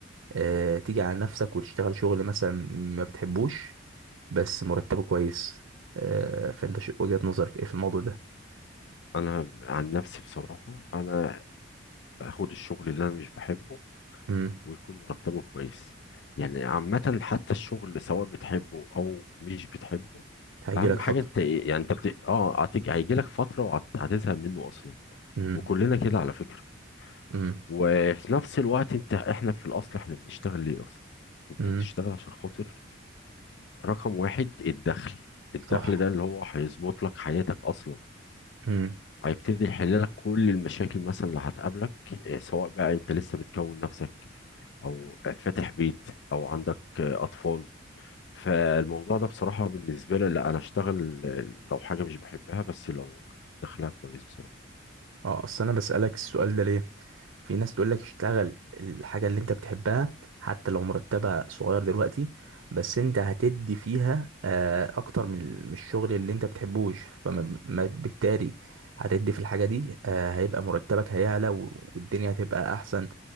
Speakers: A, on the right; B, on the left.
A: آه تيجي على نفسك وتشتغل شغل مثلا ما بتحبوش بس مرتبه كويس آه، فانت شو- وجهة نظرك ايه في الموضوع ده
B: انا عن نفسي بصراحه انا اخد الشغل اللي انا مش بحبه
A: امم
B: ويكون مرتبه كويس يعني عامة حتى الشغل سواء بتحبه او مش بتحبه
A: هيجي
B: اهم
A: لك فترة
B: حاجة انت إيه- يعني انت بت... اه هتيجي هيجي لك فترة وهتزهق منه اصلا
A: امم
B: وكلنا كده على فكرة
A: امم
B: وفي نفس الوقت انت احنا في الاصل احنا بنشتغل ليه اصلا انت
A: امم
B: بتشتغل عشان خاطر رقم واحد الدخل الدخل
A: صح
B: ده اللي هو هيظبط لك حياتك اصلا
A: امم
B: هيبتدي يحل لك كل المشاكل مثلا اللي هتقابلك إيه، سواء بقى انت لسه بتكون نفسك او فاتح بيت او عندك اطفال فالموضوع ده بصراحة بالنسبة لي لا انا اشتغل لو حاجة مش بحبها بس لو دخلها كويس بصراحة
A: اه اصل انا بسألك السؤال ده ليه في ناس تقول لك اشتغل الحاجة اللي انت بتحبها حتى لو مرتبها صغير دلوقتي بس انت هتدي فيها آه، اكتر من ال- من الشغل اللي انت بتحبوش فما ما- بالتالي هتدي في الحاجة دي آه، هيبقى مرتبك هيعلى و- والدنيا هتبقى احسن